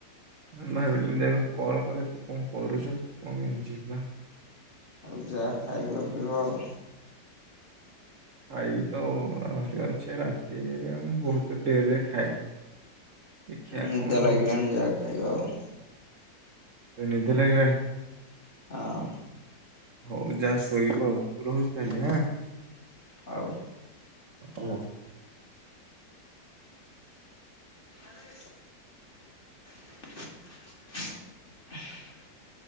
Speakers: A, on the right; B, on the left.
A: ଭାବିଲି ଦେ କଲ୍ କରେ ତୁ କଣ କରୁଚୁ କଣ କେମିତି ଯିବା?
B: ହଉ ଯା ଖାଇବା ପିଇବ ଆଉ।
A: ଖାଇବି ତ ଆହୁରି ଅଛେ ରାତିରେ ମୁଁ ବହୁତ ଡେରି ରେ ଖାଏ। ଦେଖିବା
B: ହଁ ନିଦ
A: କଣ
B: ଲାଗିଲାଣି
A: ହଉ
B: ଯାହା ଖାଇବା ଆଉ।
A: ବେ ନିଦ ଲାଗିଲାଣି।
B: ହଁ।
A: ହଉ ଯା ଶୋଇବ ଆଉ ମୁଁ ରହୁଚି ତାହେଲେ ଆଁ।
B: ହଉ।
A: ହ।
B: ଆରେ <inaudible>